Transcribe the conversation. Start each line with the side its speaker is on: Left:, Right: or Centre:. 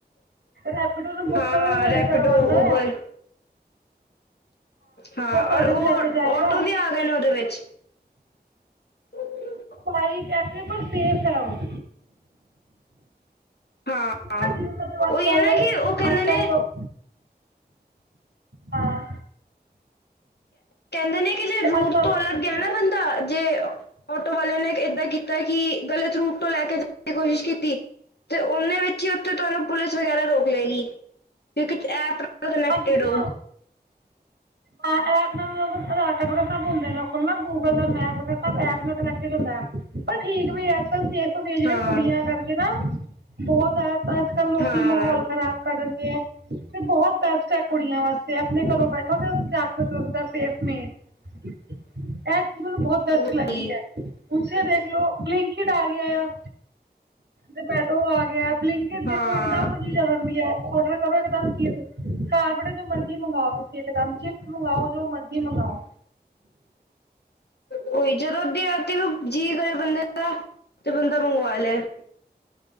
Right: ਰੈਪਡੋ ਨੂੰ ਬੁੱਕ
Left: ਹਾਂ
Right: ਕਰੋ, ਸਾਡੇ
Left: ਰੈਪੀਡੋ
Right: ਘਰੋਂ ਆਉਂਦਾ
Left: ਉਬਰ
Right: ਆ।
Left: ਹਾਂ, ਔਰ
Right: ਸਾਨੂੰ
Left: ਉਹ,
Right: ਲੈ ਕੇ ਜਾਏਗਾ
Left: ਔਟੋ ਵੀ ਆ ਗਏ ਨੇ ਉਹਦੇ ਵਿੱਚ ਓਕੇ <inaudible>
Right: ਸਾਈਡ ਹੈ, ਪਰ ਸੇਫ ਹੈ ਉਹ
Left: ਹਾਂ
Right: ਨਾ ਜਿਵੇਂ ਮਤਲਬ
Left: ਉਹੀ
Right: ਅੱਜ ਕੱਲ
Left: ਹੈ ਨਾ ਕਿ, ਉਹ ਕਹਿੰਦੇ
Right: ਅੱਜ
Left: ਨੇ
Right: ਕੱਲ ਲੋਕ ਹਾਂ
Left: ਕਹਿੰਦੇ ਨੇ, ਕਿ ਜੇ
Right: ਅੱਛਾ <unintelligible>
Left: ਕਹਿਣਾ, ਬੰਦਾ ਜੇ ਆਟੋ ਵਾਲੇ ਨੇ ਏਦਾਂ ਕੀਤਾ ਕਿ, ਗ਼ਲਤ ਰੂਟ ਤੋਂ ਲੈ ਕੇ ਜਾਣ ਦੀ ਕੋਸ਼ਿਸ਼ ਕੀਤੀ ਤੇ ਉਹਨੇ ਵਿੱਚ ਹੀ, ਉੱਥੇ ਤੁਹਾਨੂੰ ਪੁਲਿਸ ਵਗੈਰਾ ਰੋਕ ਲਏਗੀ, ਕਿਉਂਕਿ ਐਪ ਨਾਲ ਕਨੈਕਟਡ
Right: ਆਪਲ
Left: ਹੋ
Right: <inaudible> ਆ ਐਪ ਨਾਲ ਆਧਾਰ ਕਾਟ ਵਗੈਰਾ, ਸਭ ਹੁੰਦਾ ਏਨਾ ਕੋਲ ਨਾ, ਗੂਗਲ ਅੋਰ ਮੈਪ ਵਗੇ ਐਪ ਨਾਲ ਕਨੈਕਟ ਹੁੰਦਾ, ਪਰ ਠੀਕ ਵੀ ਹੈ, ਅੱਜ ਕੱਲ ਸੇਵ ਵੀ ਜਿਹੜੇ
Left: ਹਾਂ
Right: ਕੁੜੀਆਂ ਕਰਕੇ ਨਾ, ਬਹੁਤ ਜ਼ਿਆਦਾ ਤਾਂ, ਅੱਜ ਕੱਲ੍ਹ ਲੋਕੀ
Left: ਹਾਂ
Right: ਮਾਹੌਲ ਖਰਾਬ ਕਰ ਦੇ ਐ, ਤੇ ਬਹੁਤ ਬੈਸ ਆ ਕੁੜੀਆਂ ਵਾਸਤੇ, ਆਪਣੇ ਘਰੋਂ ਬੈਠੋ ਤੇ ਜਾ ਸੇਫ ਮੇਨ ਇਹ ਚੀਜ, ਮੈਨੂੰ ਬਹੁਤ ਬੈਸਟ
Left: ਉਹੀ
Right: ਲੱਗੀ ਹੈ। ਉੇ ਦੇਖ ਲੋੋ, ਬਲਿੰਕਟ ਆ ਗਿਆ ਆ, ਜਮੈਟੋ ਗਿਆ ਬਲਿੰਕਟ ਦੇਖੋ,
Left: ਹਾਂ
Right: ਇਕ ਦਮ ਚੀਜ਼ ਆ ਜਾਂਦੀ ਹੈ। ਆਰਡਰ ਕਰੋ, ਇਕ ਦਮ ਚੀਜ਼ ਘਰ ਬੈਠੇ, ਜੋ ਮਰਜ਼ੀ ਮੰਗਾਓ ਤੁਸੀਂ ਇਕਦਮ, ਚਿਪਸ ਮੰਗਾਓ, ਜੋ ਮਰਜ਼ੀ ਮੰਗਾਓ
Left: ਕੋਈ ਜਦੋਂ ਉਹਓਦੀ ਰਾਤੀ ਵੀ, ਜੀਅ ਕਰੇ ਬੰਦੇ ਦਾ, ਤੇ ਬੰਦਾ ਮੰਗਵਾ ਲੈ। <unintelligible>